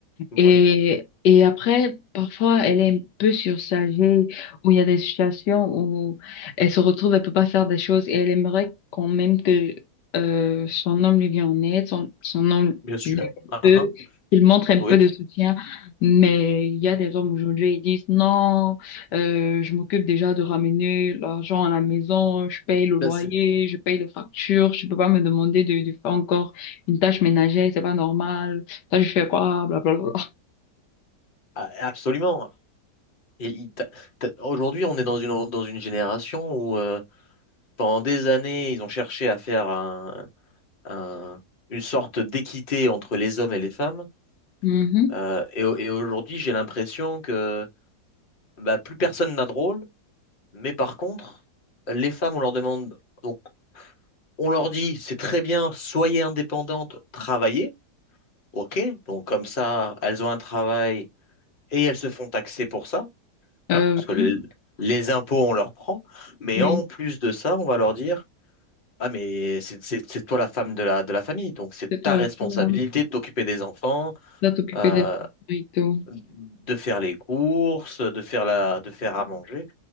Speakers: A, on the left; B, on the left.
A: ouais.
B: Et, et après, parfois, elle est un peu surchargée, où il y a des situations où elle se retrouve, elle peut pas faire des choses et elle aimerait quand même que euh, son homme lui vienne en aide, son, son homme
A: Bien sûr.
B: l'aide un
A: Ah,
B: peu,
A: ah.
B: qu'il montre un peu
A: Oui,
B: de
A: tu-
B: soutien. Mais il y a des hommes aujourd'hui, ils disent non, euh, je m'occupe déjà de ramener l'argent à la maison, je paye le loyer,
A: ben, c'est-
B: je paye les factures, je peux pas me demander de, de faire encore une tâche ménagère, c'est pas normal. Ça, je fais quoi, blablabla.
A: ah, absolument. Et il- t'as- t'as- Aujourd'hui, on est dans une, dans une génération où euh, pendant des années, ils ont cherché à faire un, un- une sorte d'équité entre les hommes et les femmes.
B: Mhm.
A: Euh, et au- et aujourd'hui, j'ai l'impression que bah, plus personne n'a de rôle. Mais par contre, les femmes, on leur demande, donc on leur dit, c'est très bien, soyez indépendantes, travaillez. OK, donc comme ça, elles ont un travail et elles se font taxer pour ça.
B: Euh,
A: hein, parce que
B: oui,
A: les, les impôts, on leur prend, mais
B: oui,
A: en plus de ça, on va leur dire, ah, mais c'est c'est- c'est toi la femme de la, de la famille, donc c'est
B: c'est toi,
A: ta responsabilité
B: toi,
A: de t'occuper des enfants,
B: là, t'occuper
A: euh,
B: des enfants et tout.
A: de faire les courses, de faire la, de faire à manger.